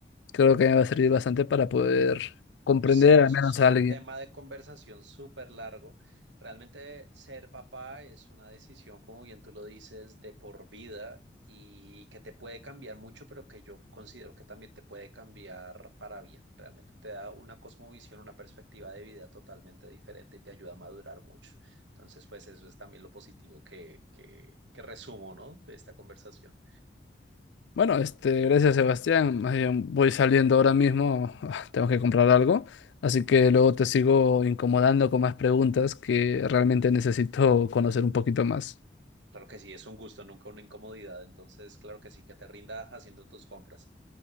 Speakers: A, on the left; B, on the right.
A: creo que me va a servir bastante para poder comprender
B: Sí, eso
A: al menos
B: es
A: a
B: un
A: alguien.
B: tema de conversación súper largo. Realmente ser papá es una decisión, como bien tú lo dices, de por vida y que te puede cambiar mucho, pero que yo considero que también te puede cambiar para bien. Realmente te da una cosmovisión, una perspectiva de vida totalmente diferente y te ayuda a madurar mucho. Entonces, pues eso es también lo positivo que, que, que resumo, ¿no? De esta conversación.
A: Bueno, este, gracias Sebastián. Más bien voy saliendo ahora mismo, <laughs> tengo que comprar algo, así que luego te sigo incomodando con más preguntas que realmente necesito conocer un poquito más.
B: Claro que sí, es un gusto, nunca una incomodidad. Entonces, claro que sí, que te rindas haciendo tus compras.